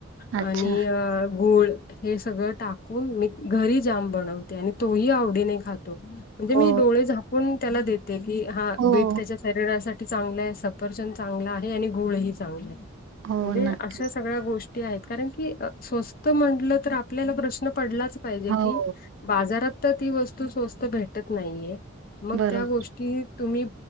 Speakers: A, on the left; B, on the right.
A: आणि
B: अच्छा.
A: अ गूळ हे सगळं टाकून मी घरी जाम बनवते आणि तोही आवडीने खातो म्हणजे
B: हो,
A: मी डोळे झाक् -कुण त्याला देते की हा
B: हो.
A: बीट त्याच्या शरीरासाठी चांगलंय, सफरचंन चांगलं आहे आणि गुळही चांगले
B: हो
A: म्हणजे
B: नक्की
A: असस् सागळ्या गोष्टी आहेत कारण की अ स्वस्त म्हंटलं तर आपल्याला प्रश्न पडलाच् पायजे
B: हो
A: की बाजारात त ती वस्तू स्वस्त भेटत नाईये मग
B: बरोबर
A: त्या गोष्ट् की तुम्ही